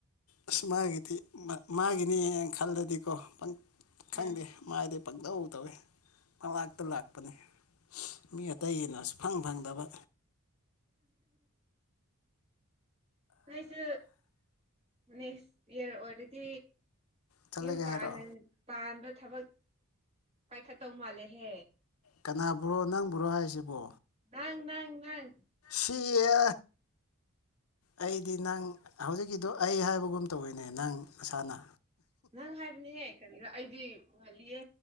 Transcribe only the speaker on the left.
ꯑꯁ ꯃꯥꯒꯤꯗꯤ ꯃꯥꯒꯤꯅꯦ ꯈꯜꯂꯗꯤꯀꯣ ꯄꯪ ꯈꯪꯗꯦ
ꯃꯥꯗꯤ ꯄꯪꯗꯧ ꯇꯧꯋꯦ ꯄꯪꯂꯥꯛꯇ ꯂꯥꯛꯄꯅꯤ ꯃꯤ ꯑꯇꯩꯒꯤꯅ ꯁꯨꯐꯪ ꯐꯪꯗꯕ
ꯆꯠꯂꯒꯦ
ꯍꯥꯏꯔꯣ
ꯀꯅꯥꯕꯨ ꯅꯪꯕꯨꯔꯣ ꯍꯥꯏꯁꯤꯕꯨ
ꯀꯤꯌꯦ ꯑꯩꯗꯤ ꯅꯪ ꯍꯧꯖꯤꯛꯀꯤꯗꯣ ꯑꯩ ꯍꯥꯏꯕꯒꯨꯝ ꯇꯧꯋꯤꯅꯦ ꯅꯪ ꯅꯁꯥꯅ